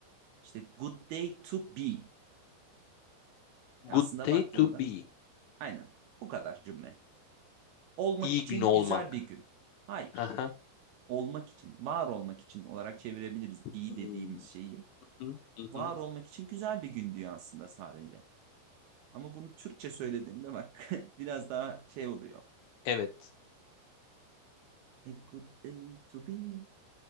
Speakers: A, on the right; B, on the left.
A: işte good day to be. Yani aslında
B: Good day
A: baktığında
B: to be.
A: aynen bu kadar cümle. Olmak
B: İyi
A: için
B: gün olmak.
A: güzel bir gün. Hayır.
B: Hı hı.
A: Olmak için, var olmak için olarak çevirebiliriz be
B: Hmm.
A: dediğimiz şeyi.
B: Hı hı. hı.
A: Var
B: hı.
A: olmak için güzel bir gün diyor aslında sadece. Ama bunu Türkçe söylediğimde bak <laughs> biraz daha şey oluyor.
B: Evet.
A: A good day to be.